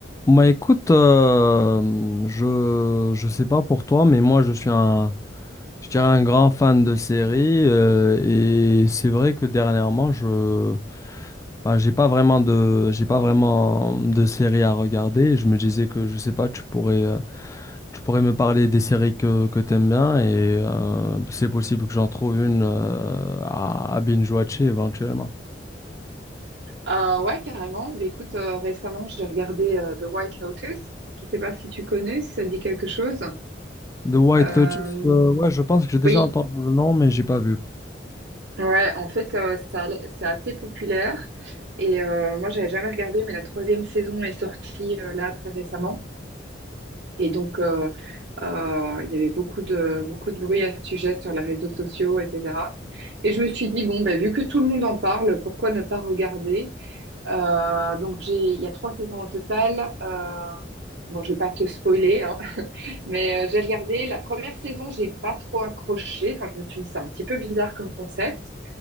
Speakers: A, on the left; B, on the right.
A: Bah écoute, euh, je je sais pas pour toi, mais moi je suis un je dirais un grand fan de séries euh, et c'est vrai que dernièrement je bah, j'ai pas vraiment de j'ai pas vraiment de séries à regarder. Je me disais que je sais pas, tu pourrais euh, tu pourrais me parler des séries que que t'aimes bien et euh, c'est possible que j'en trouve une euh, à, à binge-watcher éventuellement.
B: Euh, ouais, carrément. Mais écoute, euh, récemment, j'ai regardé euh, The White Lotus. Je sais pas si tu connais, si ça te dit quelque chose.
A: The White
B: Euh,
A: Lotus, euh, ouais, je pense que j'ai déjà
B: oui,
A: entendu le nom, mais j'ai pas vu.
B: ouais, en fait, euh, ça, c'est assez populaire. Et euh, moi, j'avais jamais regardé, mais la troisième saison est sortie euh, là très récemment. Et donc, euh, euh, il y avait beaucoup de, beaucoup de bruit à ce sujet sur les réseaux sociaux, etc. Et je me suis dit, bon, bah, vu que tout le monde en parle, pourquoi ne pas regarder? Euh, donc j'ai, il y a trois saisons au total. Euh, bon, je vais pas te spoiler, hein, mais euh, j'ai regardé la première saison, j'ai pas trop accroché. Enfin, je me suis dit c'est un petit peu bizarre comme concept.